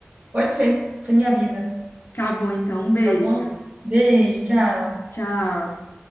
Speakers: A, on the right; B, on the left.
A: Pode ser, você me avisa,
B: Tá bom, então. Um beijo.
A: tá bom? Beijo, tchau.
B: Tchau.